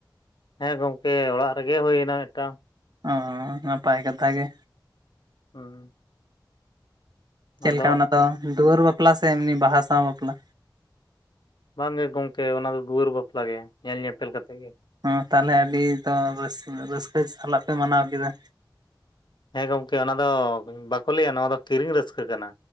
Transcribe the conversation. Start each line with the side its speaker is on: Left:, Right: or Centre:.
Left: ᱦᱮᱸ ᱜᱚᱝᱠᱮ ᱚᱲᱟᱜ ᱨᱮᱜᱮ ᱦᱩᱭᱱᱟ ᱢᱤᱫᱴᱟᱝ ᱾
Right: ᱦᱚᱸ ᱱᱟᱯᱟᱭ ᱠᱟᱛᱷᱟ ᱜᱮ,
Left: ᱦᱩᱸ,
Right: ᱪᱮᱫ
Left: ᱟᱫᱚ
Right: ᱞᱮᱠᱟ ᱚᱱᱟ ᱫᱚ ᱫᱩᱣᱟᱹᱨ ᱵᱟᱯᱞᱟ ᱥᱮ ᱮᱢᱱᱤ ᱵᱟᱦᱟ ᱥᱟᱶ ᱵᱟᱯᱞᱟ?
Left: ᱵᱟᱝ ᱜᱮ ᱜᱚᱝᱠᱮ ᱚᱱᱟ ᱫᱚ ᱫᱩᱣᱟᱹᱨ ᱵᱟᱯᱞᱟ ᱜᱮ ᱧᱮᱞ ᱧᱮᱯᱮᱞ ᱠᱟᱛᱮᱫ ᱜᱮ᱾
Right: ᱦᱸ ᱛᱟᱦᱚᱞᱮ ᱟᱹᱰᱤ ᱛᱚ ᱨᱟᱹ ᱨᱟᱹᱥᱠᱟᱹ ᱥᱟᱞᱟᱜ ᱯᱮ ᱢᱟᱱᱟᱣ ᱠᱮᱫᱟ᱾
Left: ᱦᱮᱸ ᱜᱚᱢᱠᱮ ᱚᱱᱟ ᱫᱚ ᱵᱟᱠᱚ ᱞᱟᱹᱭᱟ ᱱᱚᱣᱟ ᱫᱚ ᱠᱤᱨᱤᱧ ᱨᱟᱹᱥᱠᱟᱹ ᱠᱟᱱᱟ,